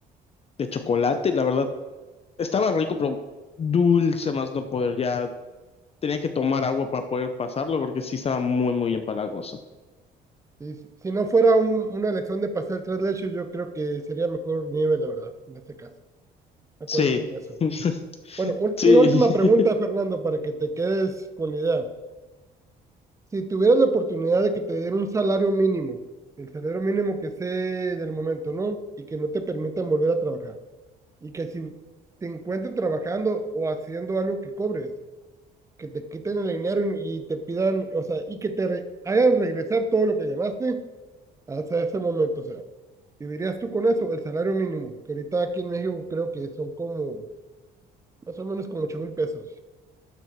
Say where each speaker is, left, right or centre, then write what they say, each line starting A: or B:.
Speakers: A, on the left; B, on the right.
A: de chocolate y la verdad estaba rico, pero dulce más no poder. Ya tenía que tomar agua para poder pasarlo porque sí estaba muy, muy empalagoso.
B: Sí, si si no fuera un- una elección de pastel tres leches, yo creo que sería mejor nieve, la verdad, en este caso, acordándome
A: Sí,
B: de eso.
A: <laughs>
B: Bueno, un-
A: sí.
B: una última pregunta,
A: <laughs>
B: Fernando, para que te quedes con la idea. Si tuvieras la oportunidad de que te den un salario mínimo, el salario mínimo que sea del momento, ¿no? Y que no te permitan volver a trabajar. Y que si te encuentren trabajando o haciendo algo que cobres, que te quiten el dinero y y te pidan, o sea, y que te re- hagan regresar todo lo que ganaste hasta ese momento, o sea. Vivirías tú con eso, el salario mínimo, que ahorita aquí en México creo que son como, más o menos como ocho mil pesos